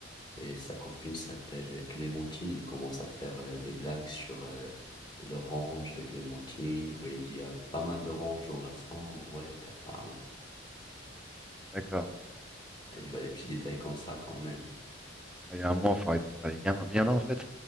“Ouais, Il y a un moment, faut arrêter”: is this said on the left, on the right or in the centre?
Centre